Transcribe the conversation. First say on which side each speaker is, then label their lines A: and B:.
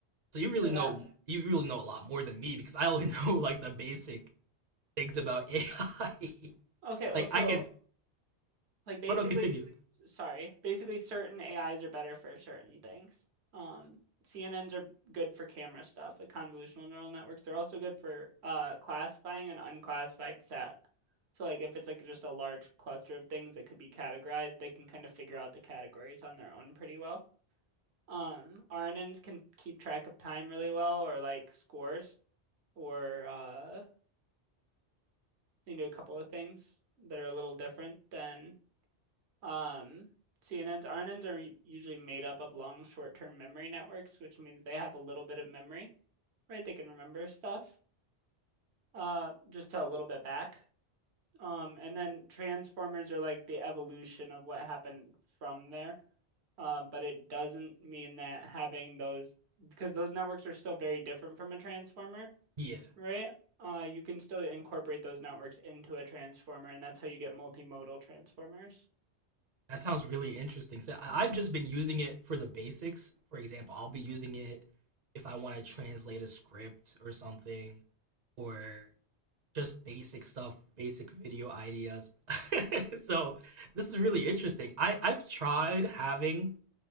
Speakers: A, on the right (about 40°); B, on the right (about 70°).
A: so you really
B: for
A: know
B: that.
A: you really know a lot more than me because i only <laughs> know like the basic things about ai <laughs>
B: Okay, well,
A: like
B: so
A: i can
B: Like basically,
A: oh no continue
B: s- sorry, basically certain AIs are better for certain things. Um, CNNs are good for camera stuff, like convolutional neural networks. They're also good for uh classifying an unclassified set. So like if it's like just a large cluster of things that could be categorized, they can kind of figure out the categories on their own pretty well. Um, RNNs can keep track of time really well or like scores or uh they can do a couple of things that are a little different than Um, CNNs, RNNs are u- usually made up of long short-term memory networks, which means they have a little bit of memory, right? They can remember stuff, uh, just to a little bit back. Um, and then transformers are like the evolution of what happened from there. Uh, but it doesn't mean that having those, because those networks are still very different from a transformer,
A: yeah
B: right? Uh, you can still incorporate those networks into a transformer, and that's how you get multimodal transformers.
A: that sounds really interesting so I-
B: Mhm.
A: i've just been using it for the basics for example i'll be using it if i want to translate a script or something or just basic stuff, basic video ideas. <laughs> so this is really interesting. I I've tried having